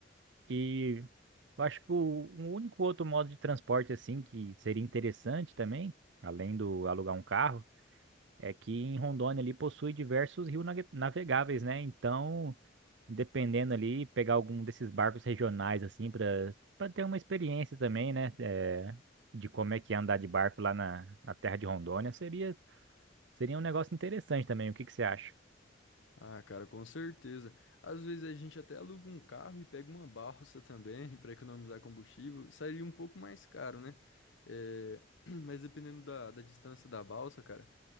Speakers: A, on the right; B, on the left.
A: E eu acho que o, um único outro modo de transporte, assim, que seria interessante também, além do alugar um carro, é que em Rondônia ali possui diversos rios nave- navegáveis, né? Então dependendo ali, pegar algum desses barcos regionais, assim, para para ter uma experiência também, né? É, de como é que é andar de barco lá na, na terra de Rondônia, seria, seria um negócio interessante também. O que que você acha?
B: Ah, cara, com certeza. Às vezes a gente até aluga um carro e pega uma balsa também <laughs> para economizar combustível. Sairia um pouco mais caro, né? É, <clears throat> mas dependendo da, da distância da balsa, cara,